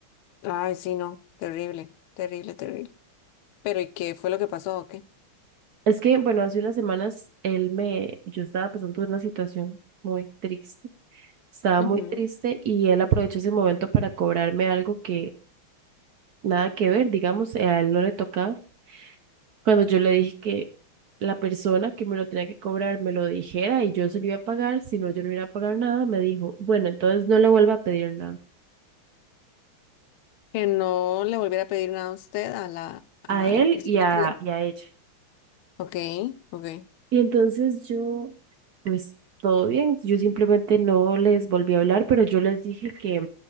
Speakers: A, on the left; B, on the right.
A: Ay, sí, no. Terrible, terrible, terrible. Pero ¿y qué fue lo que pasó o qué?
B: Es que, bueno, hace unas semanas él me, yo estaba pasando por una situación muy triste, estaba
A: Ujú.
B: muy triste y él aprovechó ese momento para cobrarme algo que nada que ver, digamos, a él no le tocaba. Cuando yo le dije que la persona que me lo tenía que cobrar me lo dijera y yo se lo iba a pagar, si no yo no iba a pagar nada, me dijo, bueno, entonces no le vuelva a pedir nada
A: Que no le volviera a pedir nada a usted a la, a
B: a él
A: la persona
B: y a,
A: que le...
B: y a ella.
A: Ok, ok.
B: Y entonces yo, pues todo bien, yo simplemente no les volví a hablar, pero yo les dije que